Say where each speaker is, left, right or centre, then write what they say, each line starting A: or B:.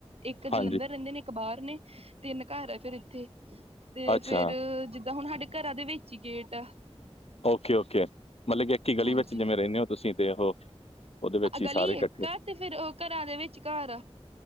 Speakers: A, on the right; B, on the left.
A: ਇਕ ਜਲੰਧਰ
B: ਹਾਂਜੀ
A: ਰਹਿੰਦੇ ਨੇ ਇੱਕ ਬਾਹਰ ਨੇ ਤਿੰਨ ਘਰ ਫਿਰ ਇਥੇ ਤੇ
B: ਅੱਛਾ
A: ਫਿਰ ਤੇ ਹੁਣ ਸਾਡੇ ਘਰਾਂ ਦੇ ਵਿੱਚ ਹੀ ਗੇਟ
B: ਓਕੇ ਓਕੇ ਮਤਲਬ ਕਿ ਇੱਕ ਹੀ ਗਲੀ
A: ਹਾਂਜੀ
B: ਵਿੱਚ ਜਿਵੇਂ ਰਹਿੰਦੇ ਹੋ ਤੁਸੀਂ ਉਹ ਉਹਦੇ ਵਿੱਚ ਹੀ
A: ਗਲੀ
B: ਸਾਰੇ ਇਕੱਠੇ
A: ਇੱਕ ਆ ਤੇ ਫਿਰ ਉਹ ਘਰਾਂ ਦੇ ਵਿੱਚ ਘਰ ਆ